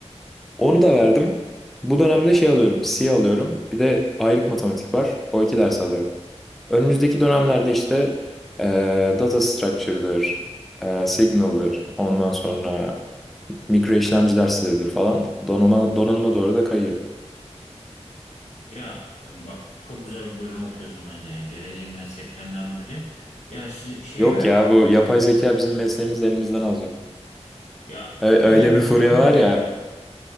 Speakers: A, in the centre; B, on the left (about 80°).
A: Onu da
B: Anladım.
A: verdim. Bu dönemde şey alıyorum, C alıyorum. Bir de ayrık matematik var. O iki ders alıyorum. Önümüzdeki dönemlerde işte eee, data structure'dır, eee, signal'dır, ondan sonra mikro işlemci dersleridir falan donanıma, donanıma doğru da kayıyor.
B: Ya bak çok güzel bir bölüm okuyorsun bence yani geleceğin mesleklerinden biri. Ya siz, şeyi
A: Yok
B: merak
A: ya
B: ettim
A: bu yapay
B: şimdi.
A: zeka bizim mesleğimizi de elimizden alacak.
B: Ya
A: Ö-
B: aynen
A: Öyle bir
B: ben
A: furya
B: de onu
A: var
B: diyecektim.
A: ya.